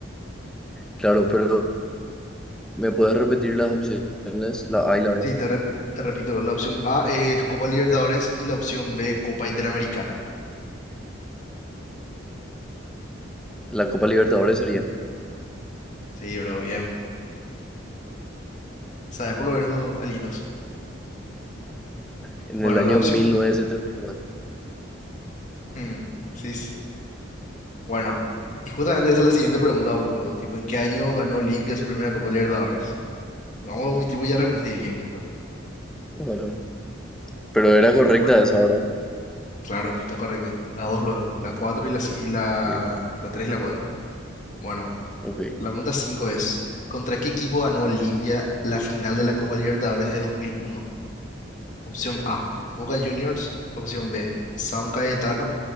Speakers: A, in the centre; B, on the left.
A: claro, pero ¿me puedes repetir las opciones? La A y la B.
B: Sí, te, re- te repito, la opción A es Copa Libertadores y la opción B Copa Interamericana.
A: La Copa Libertadores sería.
B: Sí, bro, bien. ¿Sabes por lo menos algunos?
A: en
B: Bueno,
A: el año
B: la opción...
A: mil novecientos setenta y nueve
B: hmm, sí, s- bueno. Y justamente esa es la siguiente pregunta, boludo. Tipo, ¿en qué año ganó Olimpia su primera Copa Libertadores? Y vamos, mi tipo ya respondiste bien, boludo.
A: claro pero era correcta
B: Bueno.
A: esa, ¿verdad?
B: Claro, está correcto. La dos luego, la 4 y la, ci- y la,
A: Ok,
B: la 3 y la 4. Bueno,
A: ok.
B: la pregunta 5 es, ¿contra qué equipo ganó Olimpia la final de la Copa Libertadores de 2001? Opción A, Boca Juniors. Opción B, San Cayetano.